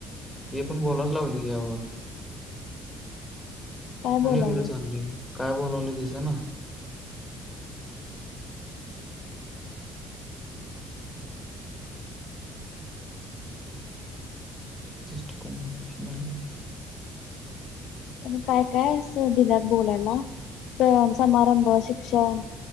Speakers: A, in the centre; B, on the left.
A: हे पण बोलाच लावली घे वर.
B: काय
A: मून
B: बोलायलास
A: एवढं चालय काय बोलावले दिस ना. <unintelligible>
B: त्यांनी काय काय दिल्या बोलायला सण समारंभ शिक्षण